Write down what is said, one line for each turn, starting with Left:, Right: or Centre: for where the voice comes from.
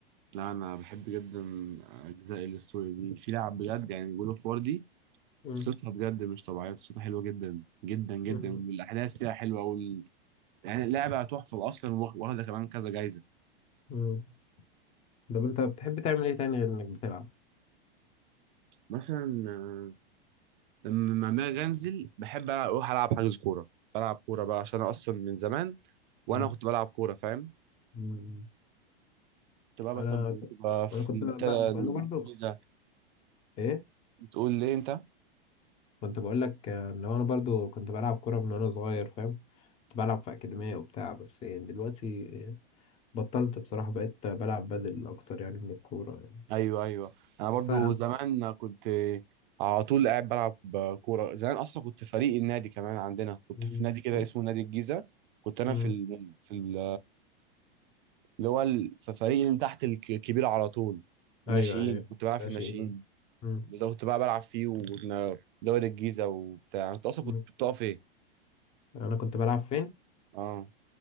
Right: لا انا بحب جدا اجزاء الستوري دي في لعب بجد يعني جود اوف وار دي
Left: مم.
Right: قصتها بجد مش طبيعيه قصتها حلوه جدا جدا جدا
Left: مم.
Right: والاحداث فيها حلوه وال... يعني اللعبه تحفه اصلا واخ- واخده كمان كذا جايزه
Left: مم. طب انت بتحب تعمل ايه تاني غير انك بتلعب
Right: مثلا آه، لما ما انزل بحب أنا اروح العب حجز كوره بلعب كوره بقى عشان أنا اصلا من زمان وانا
Left: مم.
Right: كنت بلعب كوره فاهم
Left: مم.
Right: كنت بقى مثلا
Left: انا
Right: بتبقى في
Left: انا كنت
Right: منتدى
Left: بقى انا
Right: الجيزة
Left: برضو ايه
Right: بتقول لي انت
Left: كنت بقول لك آه، لو انا برضو كنت بلعب كوره من وانا صغير فاهم كنت بلعب في اكاديميه وبتاع بس يعني دلوقتي آه، بطلت بصراحه بقيت بلعب بدل اكتر يعني من الكوره يعني
Right: ايوه ايوه انا برضو
Left: بس أنا امتع
Right: زمان كنت على طول قاعد بلعب كوره زمان اصلا كنت فريق النادي كمان عندنا كنت
Left: مم.
Right: في نادي كده
Left: مم.
Right: اسمه نادي الجيزه كنت انا
Left: مم.
Right: في ال... في ال... اللي هو ال... في فريق اللي تحت الك- الكبير على طول الناشئين
Left: ايوه ايوه
Right: كنت بلعب
Left: ماشي
Right: في الناشئين
Left: مم.
Right: ده كنت بقى بلعب فيه ودوري الجيزه وبتاع انت اصلا
Left: مم.
Right: كنت بتقف ايه
Left: انا كنت بلعب فين
Right: اه